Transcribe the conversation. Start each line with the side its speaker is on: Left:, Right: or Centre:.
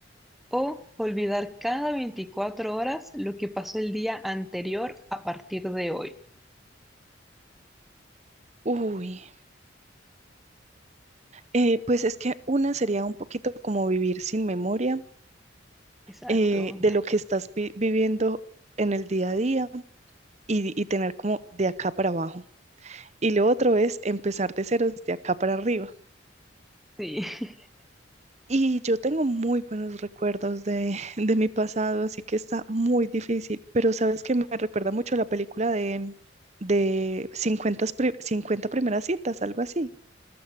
Centre: o olvidar cada 24 horas lo que pasó el día anterior a partir de hoy?
Right: Uy, eh, pues es que una sería un poquito como vivir sin memoria
Centre: Exacto.
Right: eh, de lo que estás vi- viviendo en el día a día y, y tener como de acá para abajo. Y lo otro es empezar de ceros de acá para arriba.
Centre: Sí. <laughs>
Right: Y yo tengo muy buenos recuerdos de, <laughs> de mi pasado, así que está muy difícil, pero sabes que me recuerda mucho a la película de, de 50 pri- 50 primeras citas, algo así.